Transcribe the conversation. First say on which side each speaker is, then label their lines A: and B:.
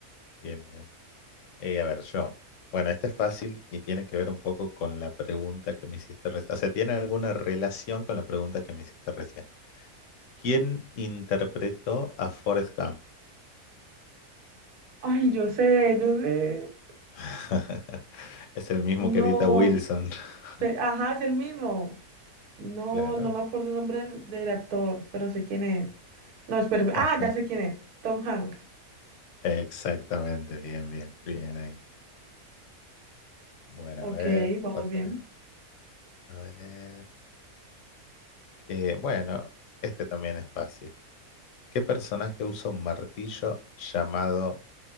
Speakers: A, on the left; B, on the right.
A: Bien, bien. Eh, a ver, yo. Bueno, este es fácil y tiene que ver un poco con la pregunta que me hiciste recién. O sea, tiene alguna relación con la pregunta que me hiciste recién. ¿Quién interpretó a Forrest Gump?
B: Ay, yo sé, yo sé.
A: <laughs> Es el mismo
B: No,
A: que edita Wilson. <laughs>
B: se- ajá, es el mismo. No,
A: Claro.
B: no me acuerdo el nombre del, del actor, pero sé quién es. No, espera, ah,
A: <laughs>
B: ya sé quién es, Tom Hanks.
A: Exactamente, bien, bien, bien ahí. Bueno,
B: Ok,
A: a ver,
B: vamos
A: otra.
B: bien.
A: A ver. Eh, bueno, este también es fácil. ¿Qué personaje usa un martillo llamado...